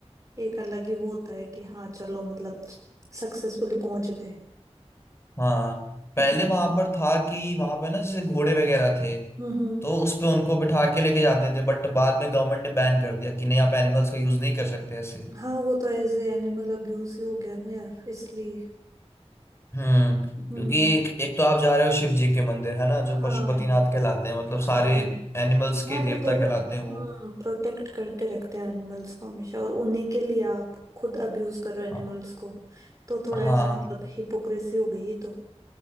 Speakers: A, on the right; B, on the left.
A: एक अलग ही वो होता है कि हाँ चलो मतलब सक्सेसफुली पहुंच गए
B: हाँ पहले
A: हम्म
B: वहां पर था कि वहां पर ना जैसे घोड़े वगैरह थे
A: हम्म
B: तो उस पे उनको बिठा के लेके जाते थे बट बाद में गवर्नमेंट ने बैन कर दिया कि नहीं आप एनिमल्स का यूज नहीं कर सकते ऐसे
A: हाँ वो तो ऐसे एनिमल अब्यूज ही हो गया ना यार इसलिए
B: हम्म
A: हम्म
B: क्योंकि एक, एक तो आप जा रहे हो शिव जी के मंदिर है ना जो
A: हाँ
B: पशुपतिनाथ कहलाते हैं मतलब
A: हाँ
B: सारे एनिमल्स
A: हाँ
B: के
A: वो
B: देवता
A: तो
B: कहलाते हैं वो
A: हम्म प्रोटेक्ट करके रखते हैं एनिमल्स को हमेशा और उन्हीं के लिए आप खुद अब्यूज कर रहे हो एनिमल्स
B: हाँ
A: को तो थोड़ा
B: हाँ
A: ऐसे मतलब हिपोक्रेसी हो गई ये तो